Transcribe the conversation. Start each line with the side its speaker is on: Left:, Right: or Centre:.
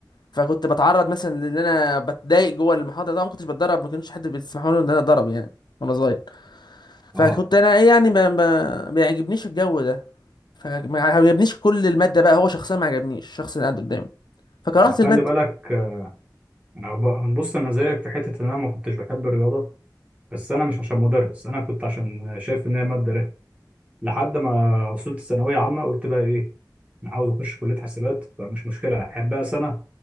Left: فكنت بتعرض مثلا لان انا بتضايق جوه المحاضره طبعا ما كنتش بتدرب ما كانش حد بيسمحوا لي ان انا اتدرب يعني وانا صغير فكنت
Right: اه
Left: انا ايه يعني ما ما- ما يعجبنيش الجو ده فما عجبنيش كل الماده بقى هو شخصيا ما عجبنيش الشخص اللي قاعد قدامي فكرهت
Right: آه،
Left: الماده
Right: خلي بالك آه، انا ب- بص انا زيك في حتة ان انا ما كنتش بحب الرياضة بس انا مش عشان مدرس انا كنت عشان شايف ان هي مادة رخمة لحد ما وصلت ثانوية عامة قلت بقى ايه انا عاوز اخش كلية حاسبات فمش مشكلة احبها سنة